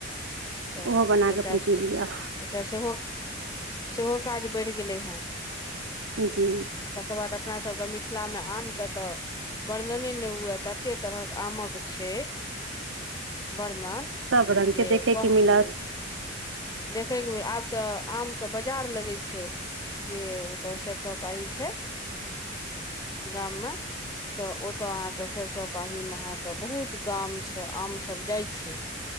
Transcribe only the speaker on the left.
तऽ
एकटा
तऽ सेहो सेहो काज बढ़ि गेलै हँ त
तकर बाद अपना सबके मिथिलामे आमके तऽ वर्णने ने हुए तते तरहक आमक छै बरनन
जे
कह
देखयके आब तऽ आमके बाजार लगै छै जे त सरसो पाही छै गाम मे तऽ ओ ओतऽ अहाँके सरिसो पाही मे अहाँके बहुत गाम से आम सब जाइ छै